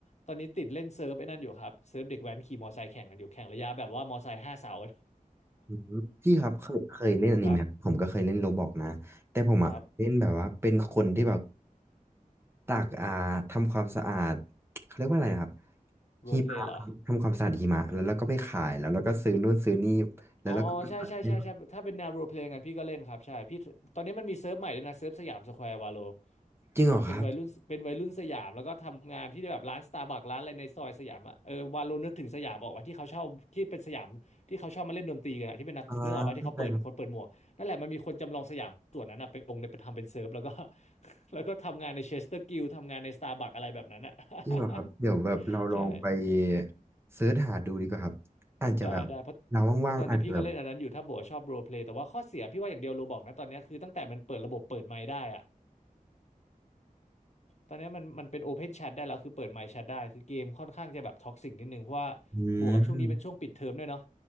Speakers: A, on the left; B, on the right.
A: ตอนนี้ติดเล่นเซิร์ฟไอ้นั่นอยู่ครับเซิร์ฟเด็กแว้นขี่มอไซค์แข่งกันอยู่แข่งระยะแบบว่ามอไซค์ห้าเสา <laughs>
B: อืมพี่ครับเคยเคยเล่นอันนี้ไหมครับผมก็เคยเล่นโลบอกนะแต่ผมอ่ะเล่นแบบว่าเป็นคนที่แบบ
A: ครับครับ
B: ตากอ่าทำความสะอาดเขาเรียกว่าอะไรนะครับ
A: โรเพลย์เหรอ
B: หิมะครับทำความสะอาดหิมะแล้วเราก็ไปขายแล้วเราก็ซื้อนู่นซื้อนี่แล้วเราก็ไปขาย
A: อ๋อใช่ใช่ใช่ใช่ถ้าเป็นแนวโรลเพลย์กันพี่ก็เล่นครับใช่พี่ตอนนี้มันมีเซิร์ฟใหม่ด้วยนะเซิร์ฟสยามสแควร์วาโล
B: จริงเหรอครับ
A: เป็นวัยรุ่นเป็นวัยรุ่นสยามแล้วก็ทำงานที่แบบร้านสตาร์บัคร้านอะไรในซอยสยามอ่ะเออวาโลนึกถึงสยามออกมาที่เขาชอบที่เป็นสยามที่เขาชอบมาเล่นดนตรีกันอะที่เป็นนักนึกออกมาที่เขาเปิดคนเปิดหมวกนั่นแหละมันมีคนจำลองสยามส่วนนั้นอ่ะไปลงในไปทำเป็นเซิร์ฟแล้วก็
B: อ่าเข้าใจ
A: <laughs> แล้วก็ทำงานในเชสเตอร์กิลทำงานในสตาร์บัคอะไรแบบนั้นอ่ะ
B: จริงเหรอครับเดี๋ยวแบบเราลองไป
A: <laughs> ใช่
B: เสิร์ชหาดูดีกว่าครับอาจจะแบบเราว่างๆอาจจะแบบ
A: ได้ได้เพราะเพราะตอนนี้พี่ก็เล่นอันนั้นอยู่ถ้าโบกว่าชอบโรลเพลย์แต่ว่าข้อเสียพี่ว่าอย่างเดียวโรบอกนะตอนเนี้ยคือตั้งแต่มันเปิดระบบเปิดไมค์ได้อะตอนเนี้ยมันมันเป็นโอเพนแชทได้แล้วคือเปิดไมค์แชทได้คือเกมค่อนข้างจะแบบท็อกซิกนิดนึงเพราะว่า
B: อืม
A: บวกกับช่วงนี้เป็นช่วงปิดเทอมด้วยเนาะ